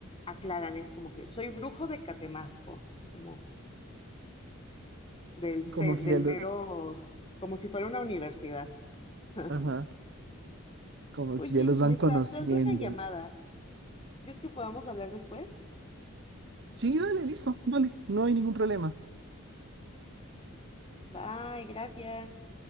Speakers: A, on the left; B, on the right.
A: aclaran, es como que soy brujo de Catemaco, como del, ce-
B: Como que
A: del
B: ya lo-
A: mero, como si fuera una universidad. <laughs>
B: ajá, como
A: Oye,
B: que ya los van
A: me está
B: conociendo.
A: entrando una llamada. ¿Crees que podamos hablar después?
B: Sí, dale, listo, dale, no hay ningún problema.
A: Bye, gracias.